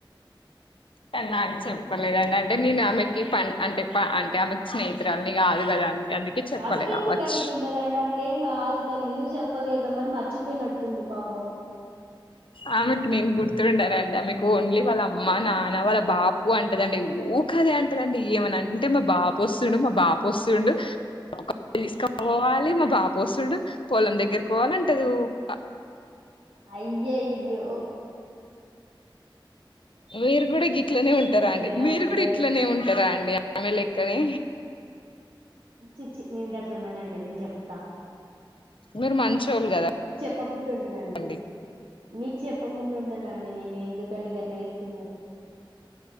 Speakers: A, on the left; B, on the right.
A: అంటే నాకు చెప్పలేదండి అంటే నేను ఆమెకి పన్ అంటే పా అంటే ఆమెకి స్నేహితురాల్ని కాదు కదా అండి, అందుకే చెప్పలే
B: అట్ల ఎందుకు
A: కావచ్చు
B: అనుకుంటారండి అట్లేం కాదు తను ఎందుకు చెప్ లేద మరి మర్చిపోయినట్టుంది పాపం
A: ఆమెకి నేను గుర్తుండనండి ఆమెకు ఓన్లీ వాళ్ళ అమ్మా నా న్న వాళ్ళ బాపు అంటదండి ఊకే ఆదే అంటదండి ఏమన్న అంటే మా బాపు వస్తుండు మా బాప వస్తుండు ఒక <unintelligible> తీసుకుపోవాలి మా బాపూ ఆస్తుండు పొలం దగ్గరికి పోవాలంటది ఊక
B: అయ్య అయ్యయే
A: మీరు కూడా ఇట్లనే ఉంటారా అండి
B: తనకి
A: మీరు కూడా
B: అయితే
A: ఇట్లనే ఉంటారా అండి ఆమె లెక్కనే
B: చి చి నేను గట్లా ఉన్నానండి నేను చెప్తా
A: మీరు మంచోళ్ళు కదా
B: ఆడుకుంటుంన్నాండి
A: అండి
B: మీకు చెప్పకుండా ఉంటన్న అండి నేను ఎందుకండి గట్లా చేస్తున్నారు